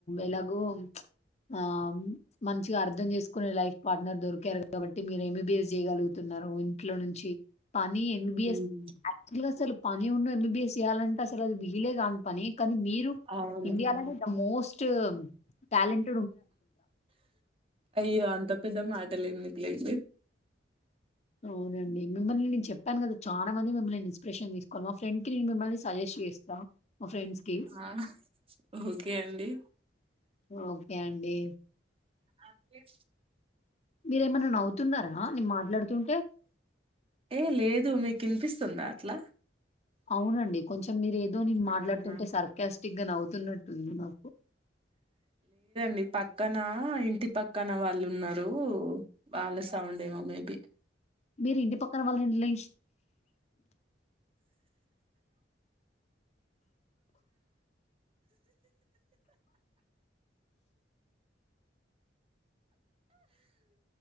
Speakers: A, on the left; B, on the right.
A: ఎలాగో ఆ మంచిగా అర్థం చేసుకునే లైఫ్ పార్ట్నర్ దొరికారు కాబట్టి మీర్ ఎం బి బిస్ చేయగలుగుతున్నారు నరు ఇంట్లో నుంచి పని ఎంబీబిఎస్
B: ఉమ్,
A: యాక్చుహల్ అసలు పని ఉన్న ఎంబీబిఎస్ చెయాలంటే అసలు అది వీలే కాదు పనే కానీ మీరు
B: అవును
A: ఇండియాలోనే దామోస్ట్ టాలెంట్
B: అయ్యో అంత పెద్ద మాటల్ ఎందుకులేండి
A: అవునండి మిమ్మల్ని నేను చెప్పాను కదా చాల మంది మిమ్మల్ని ఇన్స్పిరేషన్ తీసుకోవాల మా ఫ్రెండ్ కి నేను మిమ్మల్ని సజెస్ట్ చేస్తా మా ఫ్రెండ్స్ కి
B: ఆ ఓకే అండి
A: ఓకే అండి
B: ఆనికేం
A: మీరేమన్నా నవ్వుతున్నారా? నేను మాట్లాడుతుంటే,
B: ఏ లేద్ దు మీకు ఇనిపిస్తుందా అట్ల
A: అవునండి కొంచెం మీరు ఏదో నేను మాట్లాడుతుంటే
B: అవునా
A: సర్కాస్టిక్ గా నవ్వుతున్నట్టుంది నాకు
B: నీ పక్కన ఇంటి పక్కన వాళ్ళు ఉన్నారు వాళ్ళ సౌండేమో మేబి
A: మీరు ఇంటి పక్కన వాళ్ళ ఇం